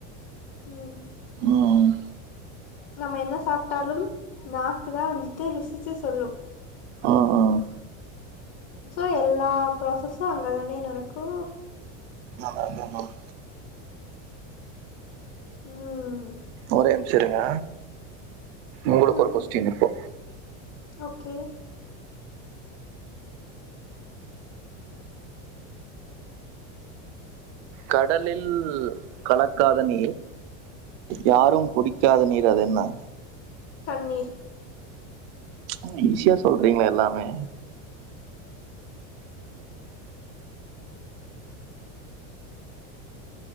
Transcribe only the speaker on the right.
ம் ம்
ம் ம்
ஆமாமாமாம்
ஒரே நிம்ஷோ இருங்க உங்களுக்கொரு
கொஸ்டீன் இப்போ
கடலில் கலக்காத நீர் யாரும் குடிக்காத நீர் அதென்ன
ம் ஈஸியா சொல்றீங்ளே எல்லாமே